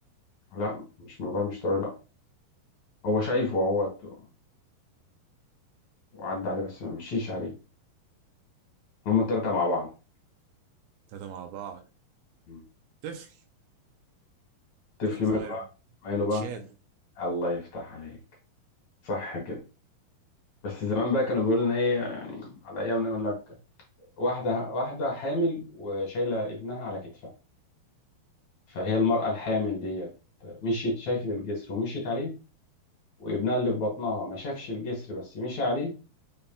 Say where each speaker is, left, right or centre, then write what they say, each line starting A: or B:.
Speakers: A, on the left (about 60°); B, on the right (about 80°).
A: لا مش موضوع مش طريق لا هو شايفه هو ت- وعدى عليه بس ما مشيش عليه هما التلاتة مع بعض
B: تلاتة مع بعض
A: مم.
B: طفل
A: الطفل
B: طفل
A: ماله
B: صغير
A: بقى ماله
B: متشال
A: بقى الله يفتح عليك صح كده بس زمان بقى كانوا بيقولوا لنا ايه يعني على ايامنا يقول لك واحدة واحدة حامل وشايلة ابنها على كتفها فهي المرأة الحامل ديت مشيت شايفة الجسر ومشيت عليه وابنها اللي في بطنها ما شافش الجسر بس مشي عليه